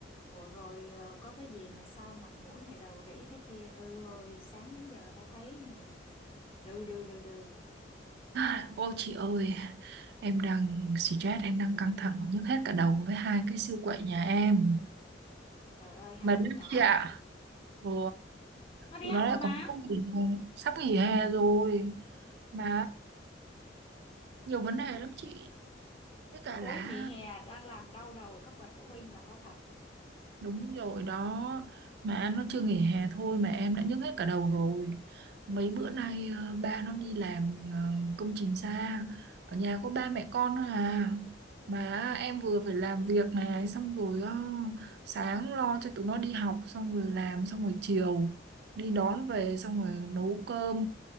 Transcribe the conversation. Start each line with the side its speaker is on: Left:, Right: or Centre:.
Left: Ủa rồi ờ, có cái gì mà sao mặt mũi mày rầu rĩ thế kia từ hồi sáng đến giờ tao thấy mày đừ đừ đừ đừ
Right: <sighs> Ô chị ơi, em đang stress, em đang căng thẳng nhức hết cả đầu với hai cái siêu quậy nhà em.
Left: trời ơi hai
Right: Mệt
Left: đứa
Right: lắm
Left: nhỏ
Right: chị ạ.
Left: hả
Right: Ừ,
Left: nó đi
Right: tụi
Left: học
Right: nó lại
Left: rồi mà
Right: còn sắp nghỉ hè, sắp nghỉ hè rồi. Mà nhiều vấn đề lắm chị. Với cả
Left: khối
Right: là
Left: nghỉ hè đang làm đau đầu các bậc phụ huynh là có thật
Right: Đúng rồi đó Mà anh nó chưa nghỉ hè thôi mà em đã nhức hết cả đầu rồi Mấy bữa nay ờ, ba nó đi làm ờ, công trình xa Ở nhà có ba mẹ con thôi à Mà em vừa phải làm việc này Xong rồi ờ, sáng lo cho tụi nó đi học Xong rồi làm xong rồi chiều Đi đón về xong rồi nấu cơm